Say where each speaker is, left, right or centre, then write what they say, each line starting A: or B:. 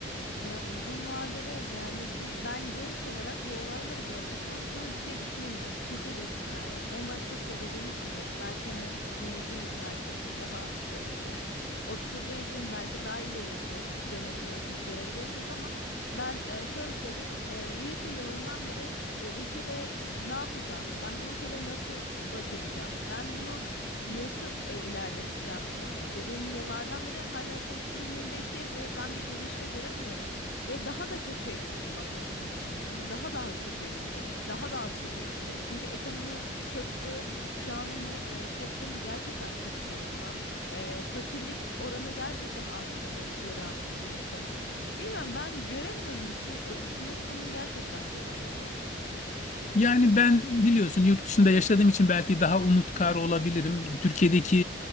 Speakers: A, on the left; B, on the left.
A: Ya uzun vadede yani biz ben genç olarak bu olayları gördükten sonra bir şey düşünemiyorum. Çünkü dedi, yani en başta söylediğimiz gibi belki hani sizin yaşınız belki daha eee, oturduğu için belki daha ileri gö- dönebiliyorsunuz, görebiliyorsunuz ama ben eee, şöyle söyleyeyim eee, lise yılından beri e, ülkede ne yapacağım? Ben bu ülkede nasıl baş edeceğim? Ben bunu nasıl e, ilerleteceğim? E, dediğim yıllardan beri hala şu an 2025'teyiz ve ben bir gelişme göremiyorum. Ve daha da kötüye gitmeye başladığını düşünüyorum. Daha daha kötüye gidecek. Daha daha kötüye gidecek. Çünkü ekonomi çöktü. Şu an hani e, toplum gerçekten kötü durumda. E, fakirlik oranı gerçekten arttığını gören bir insanım. Bilmiyorum ben göremiyorum ülke ülkenin sonunu gerçekten göremiyorum.
B: Yani ben biliyorsun yurt dışında yaşadığım için belki daha umutkar olabilirim. Türkiye'deki